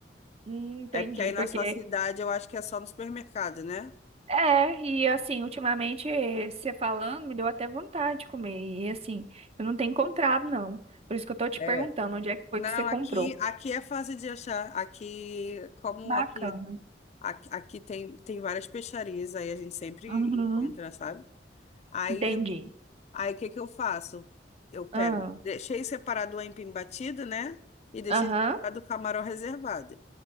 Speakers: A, on the right; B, on the left.
A: Hum, entendi,
B: É porque aí
A: porque...
B: na sua cidade eu acho que é só no supermercado, né?
A: É, e assim, ultimamente, eh, você falando, me deu até vontade de comer. E assim, eu não tenho encontrado, não. Por isso que eu tô te
B: É.
A: perguntando onde é que foi
B: Não,
A: que você comprou.
B: aqui, aqui é fácil de achar. Aqui, como
A: Bacana.
B: aqui, aqui, aqui tem, tem várias peixarias, aí a gente sempre
A: Uhum.
B: encontra, sabe? Aí
A: Entendi.
B: Aí o que que eu faço? Eu pego,
A: Ah,
B: deixei separado o aipim batido, né? E deixei
A: Aham,
B: separado o camarão reservado.